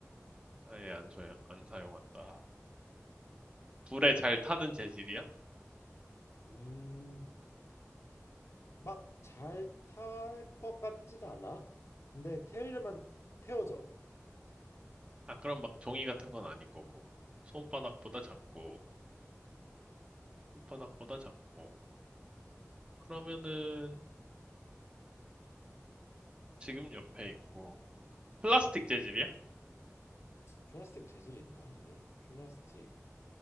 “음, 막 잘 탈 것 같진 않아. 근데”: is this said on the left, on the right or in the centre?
Left